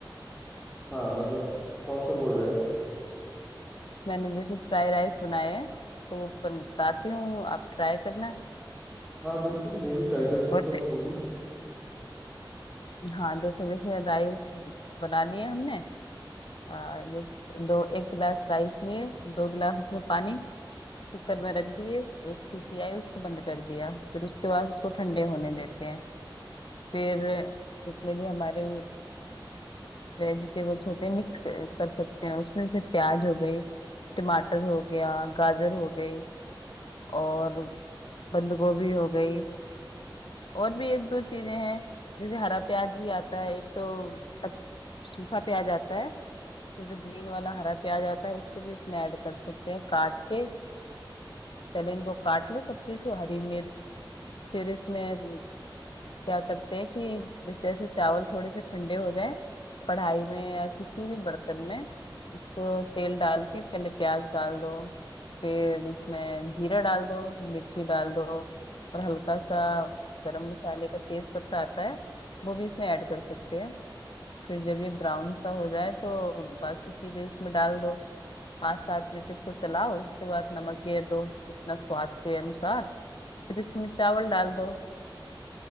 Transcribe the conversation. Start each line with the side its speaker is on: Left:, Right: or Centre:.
Centre: हाँ मतलब कौन सा बोल रहे हैं आप
Left: मैंने जैसे फ्राई राइस बनाए हैं तो वो बन- बताती हूँ आप ट्राई करना
Centre: हाँ बिल्कुल मैं भी ट्राई कर सकता
Left: बहुत
Centre: हूँ
Left: टे-
Centre: आप बोलिए
Left: हाँ देखो जैसे राइस बनानी है हमने आ, जैसे दो एक गिलास राइस लिए दो गिलास उसमें पानी कुकर में रख दिए एक सीटी आई उसको बंद कर दिया फिर उसके बाद उसको ठंडे होने देते हैं फिर जितने भी हमारे वेजिटेबल्स होते हैं मिक्स कर सकते हैं उसमें से प्याज हो गई टमाटर हो गया गाजर हो गई और बंद गोभी हो गई और भी एक दो चीजें हैं जैसे हरा प्याज भी आता है एक तो अ- सूखा प्याज आता है और फिर जो ग्रीन वाला हरा प्याज आता है उसको भी इसमें ऐड कर सकते हैं काट के पहले इनको काट लो सब चीज को हरी मिर्च फिर इसमें क्या करते हैं कि जब जैसे चावल थोड़े से ठंडे हो जाए कढ़ाई में या किसी भी बर्तन में उसको तेल डाल के पहले प्याज डाल दो फिर इसमें जीरा डाल दो मिर्ची डाल दो और हल्का सा गरम मसाले का तेज पत्ता आता है वो भी इसमें ऐड कर सकते हैं फिर जब ये ब्राउन सा हो जाए तो बाकी चीजें इसमें डाल दो पाँच सात मिनट इसको चलाओ उसके बाद नमक घेर दो जितना स्वाद के अनुसार फिर इसमें चावल डाल दो